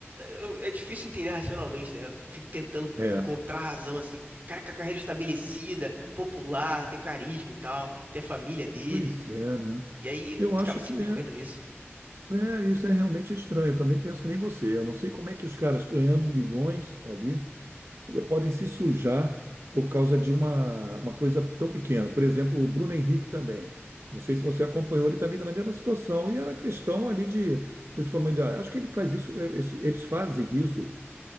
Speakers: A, on the right; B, on the right.
A: eu- É difícil entender racionalmente, né? Eu Fico tentando
B: é.
A: encontrar razão assim. Cara, com a carreira estabelecida, popular, tem carisma e tal, tem a família dele.
B: Pois é, né?
A: E aí
B: Eu
A: acaba
B: acho
A: se
B: que
A: envolvendo
B: é,
A: nisso.
B: é, isso é realmente estranho. Eu também penso que nem você. Eu não sei como é que os caras ganhando milhões ali podem se sujar por causa de uma, uma coisa tão pequena. Por exemplo, o Bruno Henrique também. Não sei se você acompanhou, ele também está na mesma situação. E era questão ali de dos familiares. Acho que ele faz isso, eh, esse- eles fazem isso